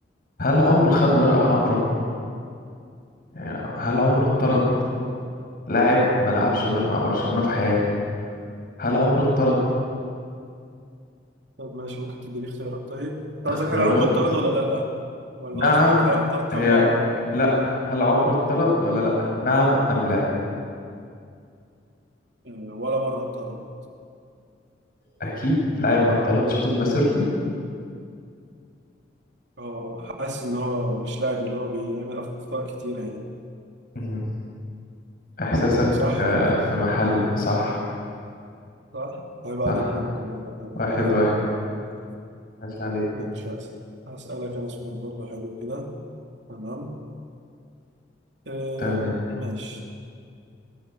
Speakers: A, on the left; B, on the right.
A: هل عمره خد ورقة حمراء؟ يعني هل عمره اتطرد؟ لاعب ما لعبش غير مع برشلونة في حياته هل عمره اتطرد؟
B: طب ماشي ممكن تديني اختيارات طيب أنت
A: الاختيارات
B: قصدك هل عمره اتطرد ولا لأ ولا
A: نعم
B: قصدك اتطرد
A: هي
B: كم مرة
A: لا هل عمره اتطرد ولا لا؟ نعم أم لا؟
B: آه، ولا مرة اتطرد
A: أكيد لاعب ما اتطردش طول مسيرته
B: اه حاسس ان هو مش لاعب اللي هو بيعمل اخطاء كتيرة يعني
A: مهم. إحساسك
B: صح
A: آه،
B: ولا لأ؟
A: في محله صح
B: صح عيب عليك
A: صح
B: برضو يعني
A: واحد
B: عيب عليك
A: واحد
B: <laughs>
A: عاش عليك
B: ماشي هسأل- هسألك انا سؤال برضو حلو كده تمام آه
A: تمام
B: ماشي